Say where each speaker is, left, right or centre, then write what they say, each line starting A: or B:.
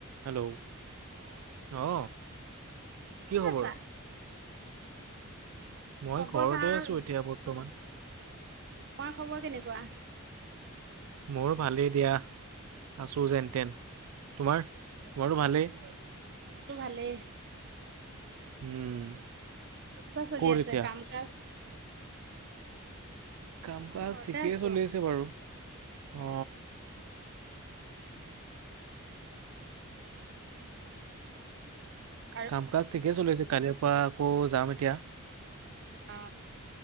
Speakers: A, on the right (about 80°); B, on the right (about 50°).
A: হেল্ল,
B: অ
A: অ,
B: ক'ত
A: কি খবৰ?
B: আছা?
A: মই
B: খবৰ
A: ঘৰতে
B: ভাল।
A: আছো এতিয়া বৰ্তমান।
B: তোমাৰ খবৰ কেনেকুৱা।
A: মোৰ ভালেই দিয়া, আছোঁ যেন তেন তোমাৰ তোমাৰতো ভালেই।
B: মোৰ টো ভালেই।
A: উম,
B: কেনেকুৱা চলি
A: ক'ত
B: আছে
A: এতিয়া
B: কাম কাজ।
A: কাম
B: মই
A: কাজ
B: ঘৰতে
A: ঠিকেই
B: আছো।
A: চলি আছে বাৰু অ,
B: <unintelligible>
A: কাম কাজ ঠিকেই চলি আছে কালিৰ পৰা আকৌ যাম এতিয়া।
B: অ,